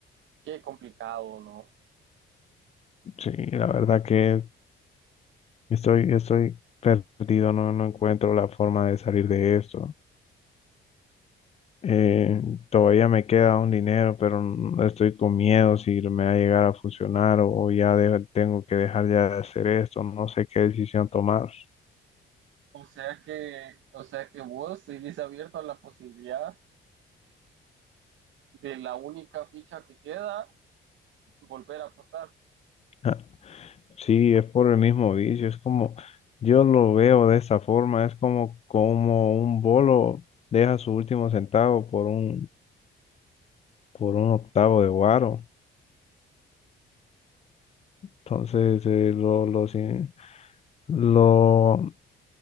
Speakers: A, on the right (about 75°); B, on the left (about 35°).
A: qué complicado, ¿no?
B: Sí, la verdad que estoy, estoy perdido, no, no encuentro la forma de salir de esto. Eh, todavía me queda un dinero, pero n- estoy con miedo si me va a llegar a funcionar o, o ya de- tengo que dejar ya de hacer esto, no sé qué decisión tomar.
A: O sea que, o sea que vos seguís abierto a la posibilidad de la única ficha que queda, volver a apostar.
B: Ah, Sí, es por el mismo vicio, es como, yo lo veo de esa forma, es como, como un bolo deja su último centavo por un, por un octavo de guaro. Entonces, eh, lo, lo, sin- lo